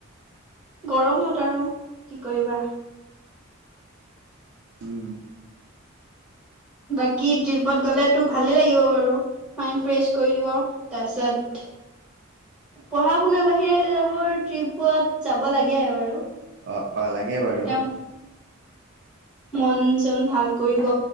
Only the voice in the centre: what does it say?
গৰমত আৰু কি কৰিবা।
<unintelligible> বাকী ট্ৰিপত গ'লেতো ভালেই লাগিব বাৰু মাইণ্ড ফ্ৰেছ কৰি দিব তাৰপিছত, পঢ়া শুনাৰ বাহিৰে যাবোৰ ট্ৰিপত যাব লাগে বাৰু
তেওঁ মন চন ভাল কৰিব